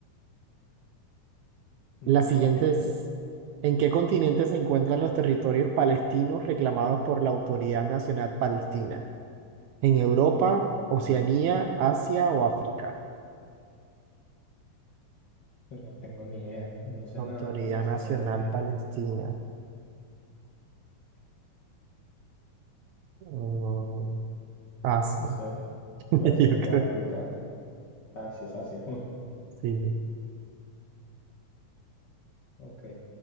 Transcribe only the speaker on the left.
Mm,
ok,
no tengo ni idea. No sé
nada de Palestina,
Dios mío.
No sé.
Voy a decir que
África. Ah, sí es Asia. <laughs>
Ok.